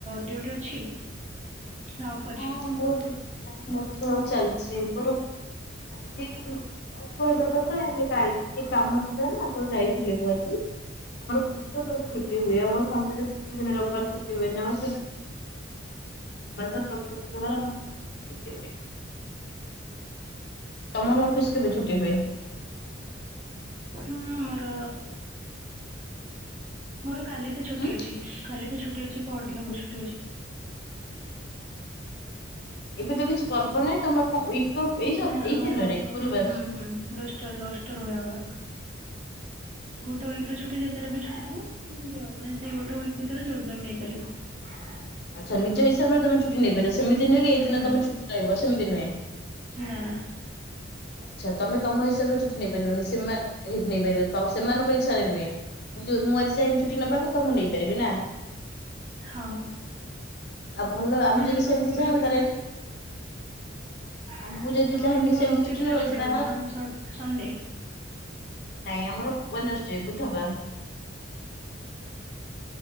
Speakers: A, on the right; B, on the left.
A: ଡିଉଟି ଅଛି? ନା ଅଫ୍ ଅଛି?
B: ହଁ ମର, ମୁ ତ ଚାଲିଛି ମୋର ଆଜି କହ <unintelligible> କଥା ହେଲେ କା କାମ ଥିଲା ନା ତ ଯାଇଥିଲି । କୁଛି <unintelligible> ଆମର ପତ <unintelligible> ଛୁଟି ହୁଏ, ଆମର ସନ୍ଧ୍ୟାରେ ଛୁଟି ହୁଏନି, ରବିବାର ଛୁଟି ହୁଏନି, ଆମ <unintelligible> ତମର ଅଫିସ କେଵେ
A: ହଁ
B: ଛୁଟି ହୁଏ?
A: ମୋର, ମୋର କାଲି ତ ଛୁଟି
B: ହୁଁ
A: ଅଛି, କାଲି ବି ଛୁ ଛୁଟି ଅଛି, ପଅରିଦିନ ବି ଛୁଟି ଅଛି ।
B: ଏବେ ତ କିଛି ପର୍ବ ନାହିଁ, ତମର ଅଫ୍ ଏଇ ସପ୍
A: ନା
B: ଏଇ
A: ଆମର
B: ଦିନରେ ଗୁରୁବାର।
A: ହଁ ହୁଁଷ୍ଟର <unintelligible> ରୋଷ୍ଟର ହୁଏ ଆମର ଗୋଟେ ୱିକ ଛୁଟି ଯେତେଟ ବି ଛୁଟି ଥିବ <unintelligible> ମାନେ ସେଇ ଗୋଟେ ୱିକ ଭିତରେ ଯୋଉଦିନ ନେଇପାରିବ ।
B: ଆଚ୍ଛା, ନିଜ ହିସାବରେ ତମେ ଛୁଟି ନେଇପାରିବ । ସେମିତି ନୁହେଁ କି, ଏଇ ଦିନ
A: ହୁଁ
B: ତମେ ଛୁଟି ରହିବ, ସେମିତି ନୁହେଁ,
A: ନା ନା
B: ଆଛା ତମେ ତମ ହିସାବରେ ଛୁଟି ନେଇପାରିବନି, ସେମାନେ ନେଇପାରିବ, ସେମାନଙ୍କ ଇଚ୍ଛାରେ ନୁହେଁ ମୁଁ, ମୁଁ ଆଜି ଚାହିଁବି ଛୁଟି ନବାକୁ, ତ ମୁଁ ନେଇପାରିବି ନା
A: ହଁ
B: ଆଉ ଭଲ
A: ଆମେ
B: ଯଦି
A: ଯୋଉ ନ
B: ସେମିତି
A: ପକେଇବୁ
B: ଚାହିଁବୁ
A: ଯୋଉଟଠେ
B: ତାହେଲେ
A: <unintelligible>
B: ଆ ମୁଁ ଯଦି
A: ତମରଅ
B: ଚାହିଁବି କି ସେମିତି
A: କେତେଟା
B: ନେବାକୁ
A: ଛୁଟି
B: ସେଟା
A: ରହୁଛି,
B: ଆମର
A: ସ ସ ସଣ୍ଡେ
B: ନାଇଁ, ଆମର ୱେନସ ବୁଧବାର ।